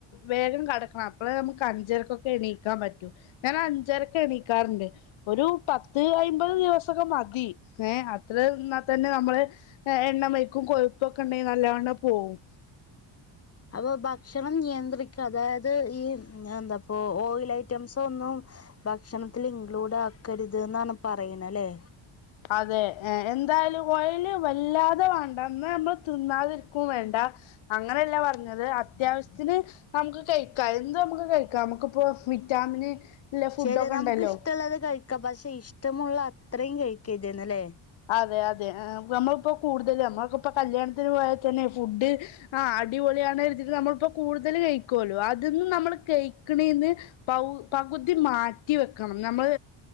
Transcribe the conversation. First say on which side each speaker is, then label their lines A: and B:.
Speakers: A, on the left (about 80°); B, on the left (about 30°).
A: വേഗം കടക്കണം അപ്പെളെ ഞമ്മക്ക് അഞ്ചരക്കൊക്കെ എണീക്കാൻ പറ്റും ഞാൻ അഞ്ചരയ്ക്ക് എണീക്കാറുണ്ട് ഒരു പത്ത് അയ്മ്പത് ദിവസെ മതി ഏ അത്രാൽ തന്നെ നമ്മള് എണ്ണ വയ്ക്കും കൊഴപ്പ ഒക്കെ ഉണ്ടെ ന അല്ലണ പോവും
B: അപ്പൊ ഭക്ഷണം നിയന്ത്രിക്ക അതായത് ഈ എന്താപ്പ ഓയിൽ ഐറ്റംസ ഒന്നും ഭക്ഷണത്തിൽ ഇൻക്ലൂഡ് ആക്കരുത് എന്നാണ് പറയണ അല്ലേ
A: അതെ എന്തായാലും കോൽ വല്ലാതെ വേണ്ടന്ന് നമ്മൾ തിന്നാതിരിക്കും വേണ്ട അങ്ങനെ ല്ല പറഞ്ഞത് അത്യാവശ്യത്തിന് നമുക്ക് കഴിക്കാം എന്ത് നമുക്ക് കഴിക്കാം നമുക്കിപ്പോ വിറ്റാമിന് ഇല്ല ഫുഡൊക്കെ
B: ശരി നമുക്ക്
A: ഉണ്ടല്ലോ
B: ഇഷ്ടമുള്ളത് കഴിക്കാം പക്ഷെ ഇഷ്ടമുള്ള അത്രയും കഴിക്കാം ഇതന്നല്ലേ
A: അതെ അതെ നമ്മളിപ്പോ കൂടുതൽ നമ്മക്കിപ്പോ കല്യാണത്തിന് പോയാൽ തന്നെ ഫുഡ് ആ അടിപൊളി നമ്മ കൂടുതൽ കഴിക്കല്ലോ അത് നമ്മ കഴിഞ്ഞതിനു പകുതി മാറ്റി വെക്കണം നമ്മൾ